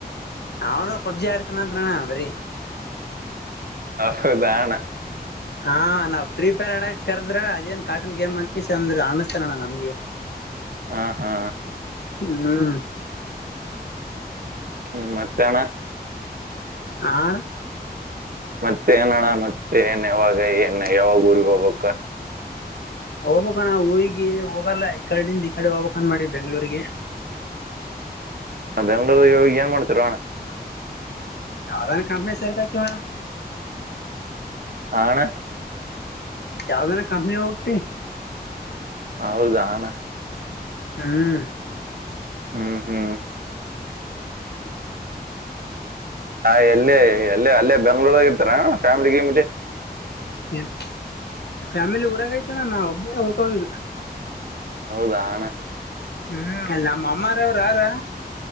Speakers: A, on the left; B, on the right.
A: ಅವನು ಪಬ್ಜಿ ಆಡ್ತಾನ ಅಂದಣ ಬರಿ
B: ಹೌದಣ
A: ಹಾ ನಾವ್ ಪ್ರೀಪೇರ್ ಆಡ ಕರ್ದ್ರೆ ಅದೇನ್ ಕಾರ್ಟೂನ್ ಗೇಮ್ ಅಂತಕ ಅಂದ್ರ ಅನಿಸ್ತನಣ್ಣ ನಮ್ಗೆ ಹ <inaudible>
B: ಹಾ ಹಾ
A: ಹ್ಮ್ <inaudible>
B: ಹ್ಮ್ ಮತ್ತಣ
A: ಹ
B: ಮತ್ತೆ ಏನಣ್ಣ ಮತ್ತೆ ಏನ್ ಯಾವಾಗ ಏನ್ ಯಾವಾಗ ಊರಿಗೆ ಹೋಗ್ಬೇಕು
A: ಹೋಗ್ಕಣ್ಣ ಊರಿಗೆ ಹೋಗಲ್ಲ ಈ ಕಡೆಂದ ಈ ಕಡೆ ಹೋಗ್ಕ್ಂದ ಮಾಡಿ ಬೆಂಗ್ಳೂರಿಗೆ
B: ನಾ ಬೆಂಗಳೂರ್ಗ ಏನ್ ಮಾಡ್ತಿರಣ್ಣ
A: ಯಾವ್ದಾನ ಕಂಪ್ನಿ ಸೇರ್ಕಣ್ತೀವಣ್ಣ
B: <inaudible> ಆಣ
A: ಯಾವ್ದನ ಕಂಪ್ನಿ ಹೋಗ್ತಿ
B: ಹೌದ ಹಣ
A: ಹ್ಮ್
B: ಹ್ಮ್ ಹ್ಮ್ ಹಾ ಎಲ್ಲೇ ಎಲ್ಲೇ ಅಲ್ಲೇ ಬೆಂಗ್ಳೂರ್ಗ ಇರ್ತಾರ ಫ್ಯಾಮಿಲಿ ಗಿಮಿಲಿ
A: ಏನ್ ಫ್ಯಾಮಿಲಿ ಊರಾಗೈತನ ನಾ ಒಬ್ಬನೇ ಹೋಗೋದು
B: ಹೌದಾನ
A: ಹ್ಮ್ ಅಲ್ಲ ನಮ್ಮ ಅಮ್ಮಾರವ್ರ ಯಾರ